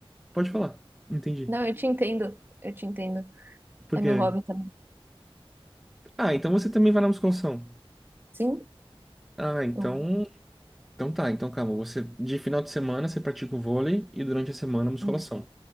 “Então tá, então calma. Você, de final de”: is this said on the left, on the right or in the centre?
Centre